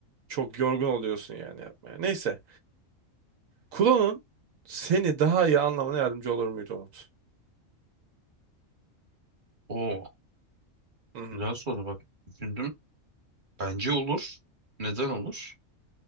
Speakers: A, on the right; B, on the right.
A: çok yorgun oluyorsun yani yapmaya. Neyse. Kulonun seni daha iyi anlamına yardımcı olur muydu Umut?
B: o
A: Hı hı.
B: güzel soru bak düşündüm. Bence olur. Neden olur?